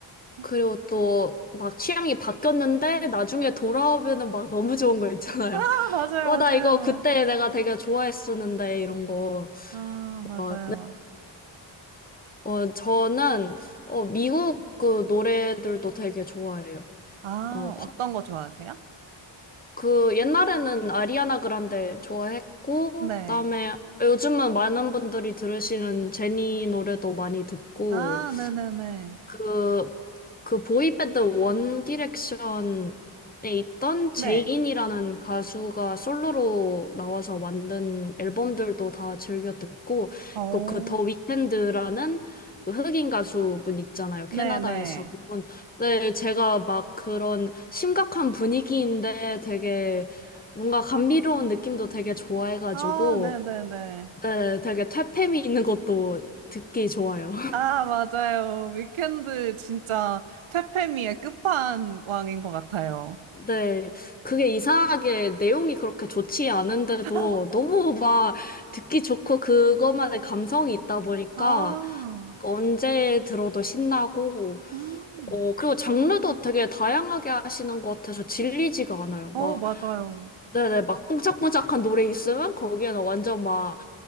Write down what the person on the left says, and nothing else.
그리고 또 막 취향이 바뀌었는데 나중에 돌아오면은 막 너무 좋은 거 있잖아요.
<laughs>
어,
나 이거 그때 내가 되게 좋아했었는데 이런 거.
어, 네. 어, 저는 어, 미국 그 노래들도 되게 좋아해요.
어, 팝.
그 옛날에는 아리아나 그란데 좋아했고
그다음에 요즘은 많은 분들이 들으시는 제니 노래도 많이 듣고
그, 그 보이밴드 원 디렉션에 있던 제인이라는
가수가 솔로로 나와서 만든 앨범들도 다 즐겨 듣고,
그리고 그 더 위켄드라는 그 흑인 가수분 있잖아요. 캐나다에서.
그분. 네, 제가 막 그런 심각한 분위기인데 되게 뭔가 감미로운 느낌도 되게 좋아해가지고,
네, 되게 퇴폐미 있는 것도 듣기 좋아요.
네, 그게 이상하게 내용이 그렇게 좋지 않은데도
너무 <laughs> 막 듣기 좋고 그것만의 감성이 있다 보니까
언제 들어도 신나고,
어, 그리고 장르도 되게 다양하게 하시는 것 같아서 질리지가 않아요.
막,
네네, 막 뽕짝뽕짝한 노래 있으면 거기에는 완전 막